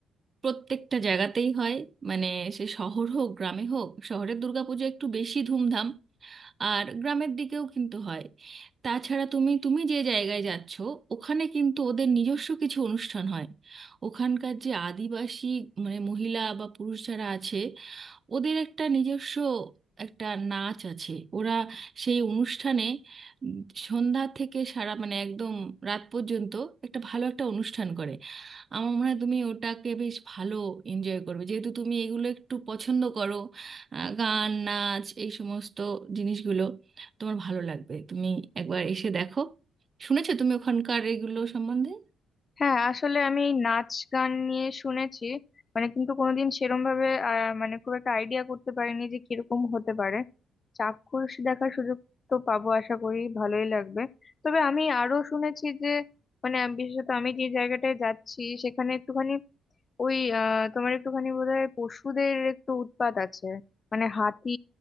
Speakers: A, on the right; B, on the left.
A: প্রত্যেকটা জায়গাতেই হয় মানে সে শহর হোক গ্রামে হোক শহরের দুর্গাপূজা একটু বেশি ধুমধাম আর গ্রামের দিকেও কিন্তু হয় তাছাড়া তুমি তুমি যে জায়গায় যাচ্ছ ওখানে কিন্তু ওদের নিজস্ব কিছু অনুষ্ঠান হয় ওখানকার যে আদিবাসী মানে মহিলা বা পুরুষ যারা আছে ওদের একটা নিজস্ব একটা নাচ আছে ওরা সেই অনুষ্ঠানে উম, সন্ধ্যা থেকে সারা মানে একদম রাত পর্যন্ত একটা ভালো একটা অনুষ্ঠান করে আমার মনে হয় তুমি ওটাকে বেশ ভালো এনজয় করবে যেহেতু তুমি এগুলো একটু পছন্দ করো আহ, গান নাচ এই সমস্ত জিনিসগুলো তোমার ভালো লাগবে তুমি একবার এসে দেখো শুনেছো তুমি ওখানকার এগুলো সম্বন্ধে
B: হ্যাঁ আসলে আমি এই নাচ গান নিয়ে শুনেছি মানে কিন্তু কোনোদিন সেরম ভাবে আহ, মানে খুব একটা আইডিয়া করতে পারিনি যে কিরকম হতে পারে চাক্ষুষ দেখার সুযোগ তো পাবো আশা করি ভালোই লাগবে তবে আমি আরো শুনেছি যে মানে আমি- বিশেষত আমি যে জায়গাটায় যাচ্ছি সেখানে একটুখানি ওই আহ তোমার একটুখানি বোধহয় পশুদের একটু উৎপাত আছে মানে হাতি